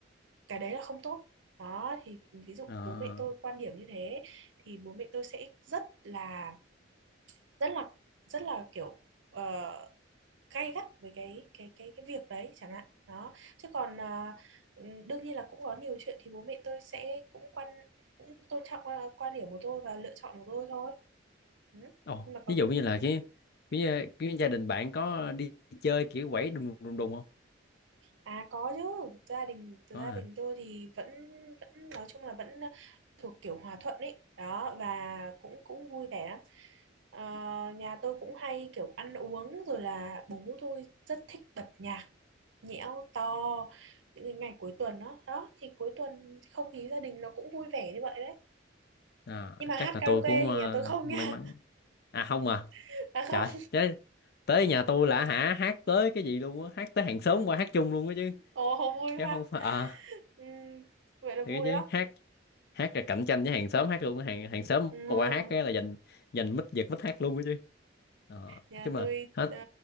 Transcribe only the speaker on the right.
cái đấy là không tốt đó thì ví dụ
bố mẹ tôi quan điểm như thế thì bố mẹ tôi sẽ rất là rất là rất là kiểu uh, gay gắt với cái cái cái cái việc đấy chẳng hạn đó chứ còn ờ, ừ, đương nhiên là cũng có nhiều chuyện thì bố mẹ tôi sẽ cũng quan cũng tôn trọng ờ, quan điểm của tôi và lựa chọn của tôi thôi ừ.
nhưng mà còn
à có chứ gia đình gia
đình tôi thì vẫn vẫn nói chung là vẫn ờ, thuộc kiểu hòa thuận ấy đó và cũng cũng vui vẻ lắm Ờ, nhà tôi cũng hay kiểu ăn uống rồi là bố tôi rất thích bật nhạc nhẽo to những cái ngày cuối tuần đó đó thì cuối tuần không khí gia đình nó cũng vui vẻ như vậy đấy
nhưng mà hát
karaoke
thì nhà tôi không
nha
<laughs> à không
ồ không vui
ha
Ừm, vậy là vui
đó
Ừ,
Nhà
tôi
ờ,